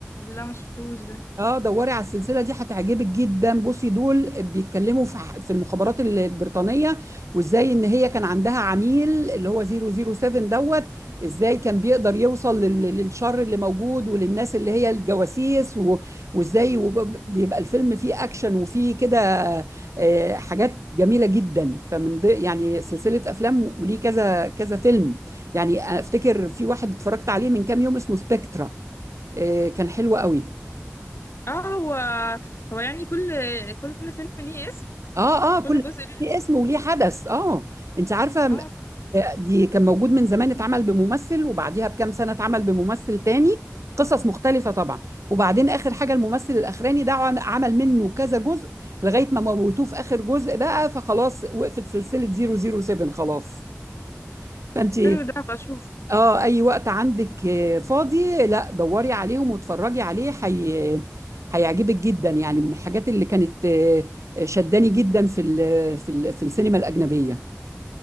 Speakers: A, on the left (about 60°); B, on the right (about 85°).
A: لا ما شفتوش ده
B: اه دوري على السلسله دي هتعجبك جدا بصي دول بيتكلموا في ح- في المخابرات ال- البريطانيه وازاي ان هي كان عندها عميل اللي هو 007 دوت ازاي كان بيقدر يوصل لل- للشر اللي موجود وللناس اللي هي الجواسيس و- وازاي وب- بيبقى الفيلم فيه اكشن وفيه كده آه، حاجات جميله جدا فمن ضي- يعني سلسله افلام وليه كذا كذا فيلم يعني افتكر في واحد اتفرجت عليه من كام يوم اسمه سبكترا آه، كان حلو قوي
A: اه هو هو يعني كل كل فيلم ليه اسم
B: اه اه
A: كل
B: كل
A: جزء ليه
B: في
A: اسم
B: اسم وليه حدث اه انت عارفه م-
A: اه
B: آه، دي كان موجود من زمان اتعمل بممثل وبعديها بكام سنه اتعمل بممثل تاني قصص مختلفه طبعا وبعدين اخر حاجه الممثل الاخراني ده عم- عمل منه كذا جزء لغايه ما موتوه في اخر جزء بقى فخلاص وقفت سلسله 007 خلاص فانت
A: حلو ده بشوف
B: اه اي وقت عندك آه، فاضي لا دوري عليهم واتفرجي عليه حي... هيعجبك جدا يعني من الحاجات اللي كانت آه، شداني جدا في ال... في ال... في السينما الأجنبية